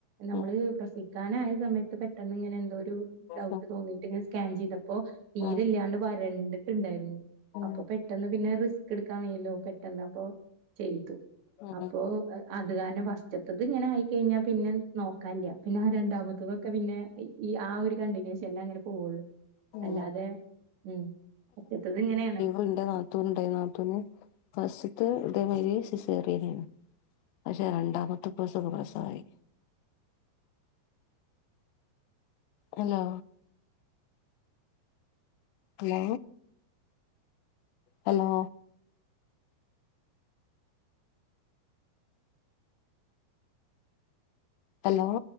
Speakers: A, on the right (about 80°); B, on the left (about 90°).
A: നമ്മള്
B: ആഹ്
A: പ്രസവി ക്കാനായ സമയത്ത് പെട്ടെന്ന് ഇങ്ങനെ എന്തോരു ഡൗട്ട്
B: ആഹ്
A: തോന്നിയിട്ട് ഇങ്ങനെ സ്കാൻ ചെയ്ത പ്പോ തീര്ല്ലാണ്ട്
B: ആഹ്
A: വരണ്ട്ട്ട്ണ്ടായിരുന്നു
B: ആഹ്
A: അപ്പൊ പെട്ടെന്ന് പിന്നെ റിസ് ക്ക്‌ട്ക്കാൻ വയ്യല്ലോ പെട്ടന്ന് അപ്പൊ ചെയ്തു
B: ഉം
A: അപ്പോ അത് കാരണം പസ്റ്റ്ത്തത് ഇങ്ങനെ ആയിക്കഴിഞ്ഞാൽ പിന്നെ നോക്കാൻല്ല പിന്നെ ആ രണ്ടാമത്തതൊക്കെ പിന്നെ ഈ ആ ഒര് കണ്ടിനേഷൻല്ലാ അങ്ങട്ട് പോവള്ളൂ
B: ഉം
A: അല്ലാതെ ഹ്മ്മ് ഫസ്റ്റ്ത്തത് ഇങ്ങനെണ്
B: ഇണ്ട് നാ നാത്തൂൻ ഇണ്ടായിനി നാത്തൂൻ ഫസ്റ്റ്ത്തെ ഇതേമാതിരി സിസേറിയനേന്നു പക്ഷെ രണ്ടാമത്തെ പ്രസവം പ്രസവായി ഹലോ ഹലോ ഹലോ ഹലോ